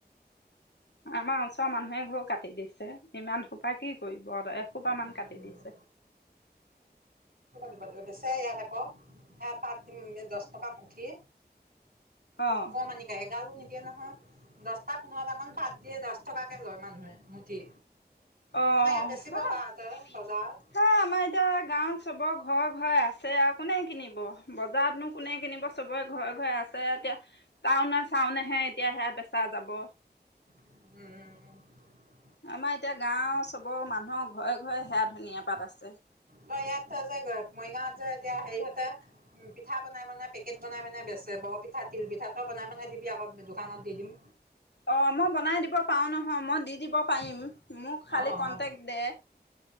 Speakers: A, on the left (about 90°); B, on the right (about 55°).
A: আমাৰ ওচৰৰ মানুহে ঘৰ কাটি দিছে ইমান সোপা কি কৰিব এসোপা
B: উম,
A: মান কাটি দিছে।
B: দিব লাগে বেছে ইয়াত আকৌ হ পাত দহ <unintelligible> টকা মুঠি
A: অ'।
B: অকমানিকা এগালো নকি- য নহ <unintelligible> দছটা পোন্ধৰটা মান পাট- দিয়ে দছ টকাকে লয় মানুহে মুঠি।
A: অ
B: তেনেকে বেচিব
A: হা হা
B: পাৰ তই বজাৰত
A: আমাৰ এতিয়া, গাঁৱত চবৰ ঘৰ ঘৰে আছে আৰু কোনে কিনিব, বজাৰতনো কোনে কিনিব চবৰে ঘৰে ঘৰে আছে এতিয়া তাওনে চাওনেহে এতিয়াহে বেছা যাব।
B: উম
A: আমাৰ এতিয়া গাঁওৰ চবৰ মানুহৰ ঘৰে ঘৰে সেয়া ধুনীয়া পাত আছে।
B: ত ইয়াত যে মৰিগাঁৱত যে এতিয়া হেৰিহঁতে পিঠা বনাই বনাই, পেকেট বনাই বেছে। বৰ পিঠা, তিল পিঠা, ত‌ই বনাই বনাই দিবি আক দোকানত দি দিম।
A: অ মই বনাই দিব পাৰো নহয় মই দি দিব পাৰিম। মোক খালী
B: অঁ
A: কন্টেক্ট দে।